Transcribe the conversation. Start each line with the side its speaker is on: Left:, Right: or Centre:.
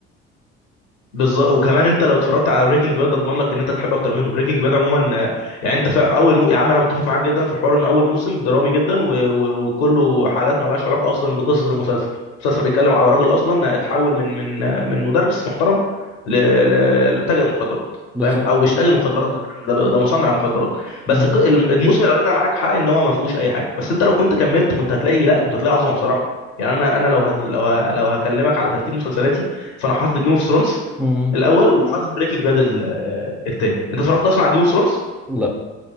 Left: بالظبط وكمان انت لو اتفرجت على بريكنج باد اضمن لك ان انت تحب اكتر منه بريكنج باد عموما آه، يعني انت في اول مو... يا عم انا متفق معاك جدا في حوار ان اول موسم درامي جدا و... و... وكله حاجات مالهاش علاقه اصلا بقصه المسلسل المسلسل بيتكلم على راجل اصلا اتحول من من آه، من مدرس محترم ل... ل... لتاجر مخدرات
Centre: بالظبط
Left: فاهم او مش تاجر مخدرات ده كان- ده, ده مصنع مخدرات بس
Centre: مم.
Left: الق- الم- الموسم الاولاني انا معاك حق ان هو ما فيهوش اي حاجه بس انت لو كنت كملت كنت هتلاقي لا كنت هتلاقي عظمه بصراحه يعني انا انا لو هت... لو ه... لو هكلمك على ترتيب مسلسلاتي فانا حاطط جيم اوف ثرونز
Centre: مم.
Left: الاول وحاطط بريكنج باد ال- آه، التاني انت اتفرجت اصلا على جيم اوف ثرونز
Centre: لا